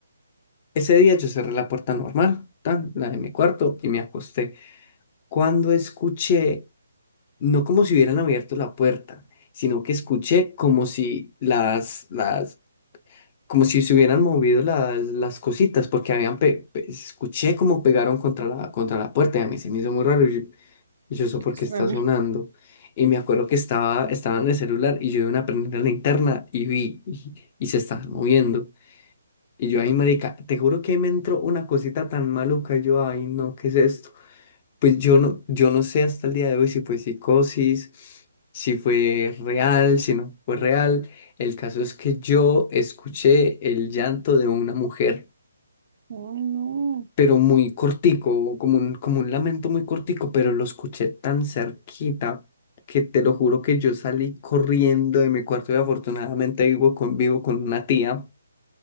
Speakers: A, on the left (about 30°); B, on the right (about 50°).
A: ese día yo cerré la puerta normal, tan, la de mi cuarto, y me acosté. Cuando escuché, no como si hubieran abierto la puerta, sino que escuché como si las, las como si se hubieran movido las, las cositas, porque habían pe- pe- escuché como pegaron contra la, contra la puerta y a mí se me hizo muy raro. Y yo, y yo, ¿eso
B: qué
A: por
B: extraño.
A: qué está sonando? Y me acuerdo que estaba, estaba en el celular y yo de una prendí la linterna y vi y, y se estaban moviendo. Y yo, ay, marica, te juro que me entró una cosita tan maluca. Yo, ay, no, ¿qué es esto? Pues yo no, yo no sé hasta el día de hoy si fue psicosis, si fue real, si no fue real. El caso es que yo escuché el llanto de una mujer,
B: Oh, no.
A: pero muy cortico, como un, como un lamento muy cortico, pero lo escuché tan cerquita que te lo juro que yo salí corriendo de mi cuarto y afortunadamente vivo con, vivo con una tía